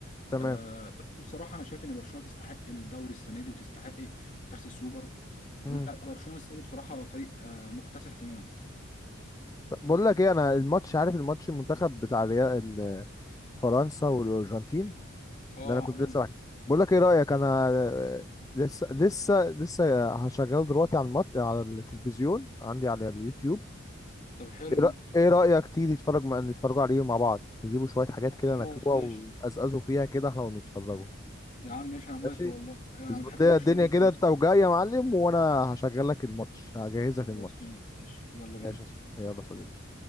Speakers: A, on the left (about 15°); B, on the left (about 40°).
A: تمام
B: آه، بس بصراحه انا شايف ان برشلونه تستحق الدوري السنه دي وتستحق كاس السوبر لا
A: مم.
B: برشلونه السنه دي بصراحه فريق آه، مكتسح تماما يعني
A: طب بقول لك ايه انا الماتش عارف الماتش المنتخب بتاع الريال ال- فرنسا والارجنتين
B: اه
A: اللي انا كنت
B: ماله
A: لسه بحكي بقول لك ايه رايك انا آه، لسه لسه لسه هشغله دلوقتي على المط... على التلفزيون عندي على اليوتيوب
B: طب حلو
A: ايه
B: ده
A: رأ- إيه رايك تيجي تتفرج مع... نتفرجوا عليه مع بعض نجيبوا شويه حاجات
B: طب
A: كده
B: خلاص
A: ناكلوها
B: ماشي
A: ونقزقزوا فيها كده احنا ونتفرجوا
B: يا عم ماشي انا موافق
A: ماشي
B: والله انا أنا
A: اظبط
B: بحب
A: لي
B: الماتش
A: الدنيا
B: ده جدا
A: كده انت وجاي يا معلم وانا هشغل لك الماتش هجهز
B: خلاص
A: لك الماتش
B: ماشي يلا بينا
A: ماشي يا صاحبي. يلا يا صديقي
B: يلا.